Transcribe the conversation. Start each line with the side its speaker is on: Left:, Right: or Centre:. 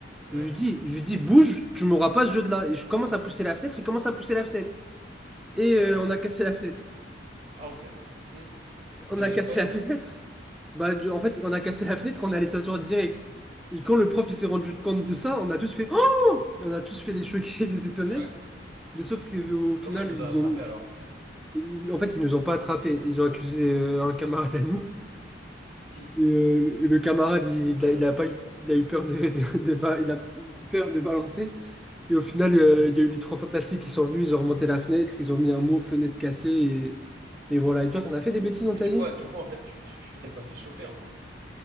Right: Ouais.
Centre: Je lui dis, je lui dis, bouge, tu m'auras pas ce jeu de là. Et je commence à pousser la fenêtre, il commence à pousser la fenêtre. Et
Right: Ouais.
Centre: euh, on a cassé la fenêtre.
Right: Ah, ok. Hmm. Vous
Centre: On
Right: avez
Centre: a cassé
Right: eu quoi, du
Centre: la
Right: coup?
Centre: <laughs> fenêtre. Bah, du- en fait, on a cassé la fenêtre, on est allé s'asseoir direct. Et quand le prof il s'est rendu compte de ça, on a tous fait <gasps> Oh! On a tous fait des choqués, <laughs> des étonnés.
Right: Ouais.
Centre: Mais sauf qu'au final,
Right: Comment ils vous
Centre: ils
Right: ont attrapé
Centre: ont,
Right: alors?
Centre: Ils- En fait, ils nous ont pas attrapés. Ils ont accusé euh, un camarade à nous.
Right: Qui?
Centre: Et euh, le le camarade,
Right: Ok.
Centre: il, il
Right: Non,
Centre: a,
Right: rien.
Centre: il a pas eu, il a eu peur de, de- de ba- il a eu peur de balancer. Et au final, euh, il y a eu les trois fantastiques qui sont venus, ils ont remonté la fenêtre, ils ont mis un mot fenêtre cassée. Et, et voilà. Et toi, t'en as fait des bêtises dans
Right: Mais
Centre: ta
Right: du
Centre: vie?
Right: coup, ah, du coup, en fait, tu tu- tu t'es pas fait choper en fait.